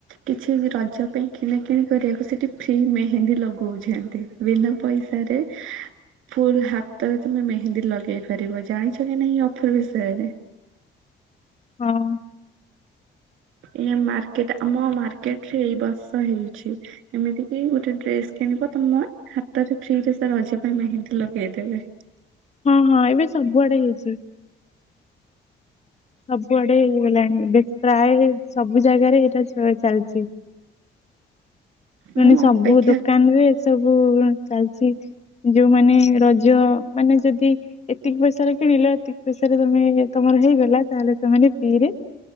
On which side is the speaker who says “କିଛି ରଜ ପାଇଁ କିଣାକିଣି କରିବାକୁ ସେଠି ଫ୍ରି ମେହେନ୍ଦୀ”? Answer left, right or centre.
Right